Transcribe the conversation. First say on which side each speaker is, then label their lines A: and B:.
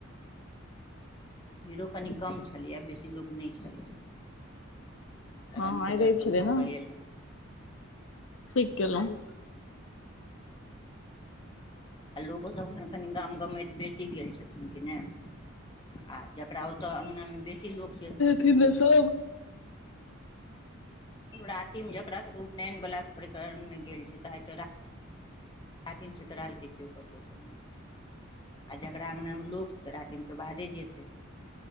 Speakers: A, on the left; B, on the left.
A: भीड़ो कनि कम छलैए, बेसी लोक नहि छलैए। माता
B: हँ
A: रानी
B: आइ
A: के
B: रवि
A: दर्शन
B: छलै
A: कऽ
B: ने
A: कऽएयलहुँ।
B: ठीक केलहुँ।
A: आ लोकोसभखन कनि गाम गमैत बेसी गेल छथिन कि नहि आ जकरा तऽ अंगना मे बेशी लोक छियै तऽ
B: थी ने सब
A: राती मे जकरा सबके उपनयन बलाा प्रकरण में गेल छै ह त रा साथम से तऽ रहलालते क कतोस न। आ जकरा अँ्गनामे लोकऽ रातिमे बादे जेतै।